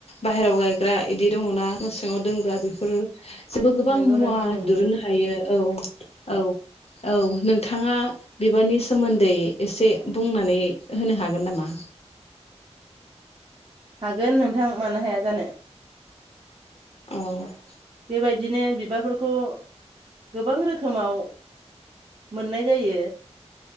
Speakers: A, on the left; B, on the right.
A: बाहेरायाव गायग्रा इदि दङना न सिङाव दोनग्रा बेफोर जोंबो गोबां
B: नंगौ
A: मुवा
B: नोंथां नंगौ
A: दुरुननो हायो औ औ औ नोंथाङा बिबारनि सोमोन्दै एसे बुंनानै होनो हागोन नामा
B: हागोन नोंथां मानो हाया जानो
A: औ
B: बेबायदिनो बिबारफोरखौ गोबां रोखोमाव मोननाय जायो